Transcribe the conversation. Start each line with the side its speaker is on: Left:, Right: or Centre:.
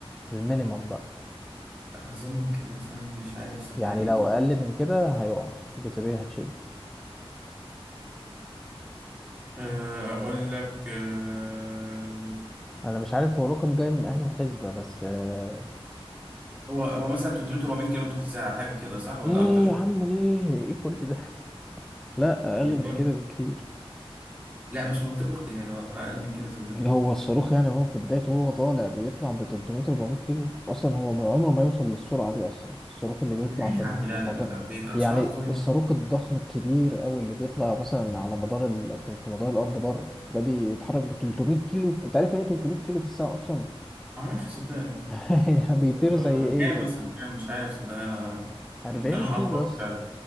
Centre: المينيمم بقى
Right: اظن كده مثلا مش عارف صدقني
Centre: يعني لو اقل من كده هيقع الجاذبيه هتشد
Right: آه، اقول لك آه،
Centre: انا مش عارف هو رقم جاي من انهي حسبه بس آه،
Right: هو هو مثلا 300 400 كيلو متر في الساعه حاجه كده صح ولا
Centre: ايه
Right: اكتر
Centre: يا عم ليه ايه كل ده <laughs> لا اقل
Right: يقول
Centre: من كده بكتير
Right: لا مش منطقي يعني لو اقل من كده صدقني
Centre: هو الصاروخ يعني هو في بدايته هو طالع بيطلع ب 300 400 كيلو اصلا هو ما- عمره ما يوصل للسرعه دي اصلا الصاروخ اللي بيطلع
Right: ليه
Centre: في
Right: يا
Centre: الم-
Right: عم لا
Centre: في المدار
Right: لا لا لا بيبقى
Centre: يعني
Right: سرعات قويه
Centre: الصاروخ الضخم الكبير او اللي بيطلع مثلا على مدار ال... في في مدار الارض بره ده بيتحرك ب 300 كيلو انت عارف يعني ايه 300 كيلو في الساعه اصلا
Right: ما اعرفش صدقني
Centre: <laughs> يعني
Right: بيبقى
Centre: بيطير زي ايه
Right: كام مثلا كام مش عارف صدقني انا
Centre: 40
Right: ممكن انا
Centre: كيلو
Right: افكر
Centre: بس
Right: فعلا